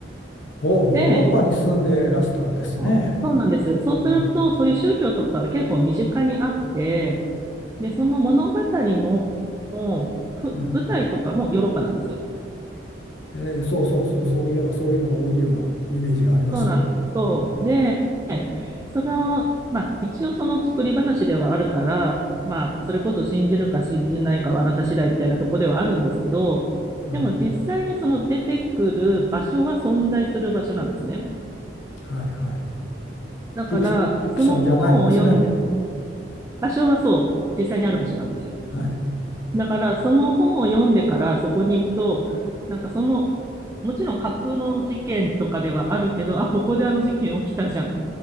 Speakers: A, on the left; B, on the right.
A: お、ヨーロッパに住んでらしたんですね。
B: で、そうそうなんです。そうすると、
A: うん。
B: そういう宗教とかが結構身近にあって、で、その物語のふ舞台とかもヨーロッパなんですよ。
A: うん。えーそうそうそう、そういえばそういうのが多いようなイメージがあります。
B: そうなんです。
A: う
B: そう。で、その、まあ、一応その作り話ではあるから、まあ、それこそ信じるか信じないかはあなた次第みたいなとこではあるんですけど、
A: ん。
B: でも実際にその出てくる場所は存在する場所なんですね。
A: はいはい。
B: だから、
A: フィクシ、フィクションじゃないんですね。
B: その本を読んで、場所はそう、実際にある場所なんですよ。
A: はい。
B: だから、その本を読んでからそこに行くと、なんかその、もちろん架空の事件とかではあるけど、あ、ここであの事件起きたじゃん。っ